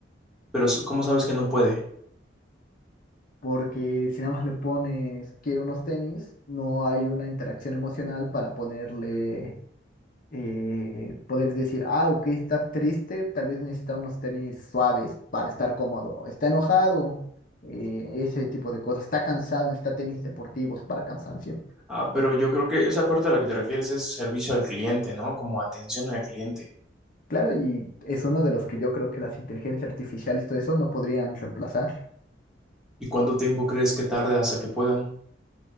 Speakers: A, in the centre; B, on the left.
A: Pero s- ¿cómo sabes que no puede?
B: porque si nada más le pones quiero unos tenis, no hay una interacción emocional para ponerle eh, poder decir, ah, ok, está triste, tal vez necesita unos tenis suaves para estar cómodo, está enojado, eh, ese tipo de cosas, está cansado, necesita tenis deportivos para cansancio.
A: Ah, pero yo creo que esa parte a la que te refieres es servicio al cliente, ¿no? Como atención al cliente.
B: Claro, y es uno de los que yo creo que las inteligencias artificiales y todo eso no podrían reemplazar
A: ¿Y cuánto tiempo crees que tarde hasta que puedan?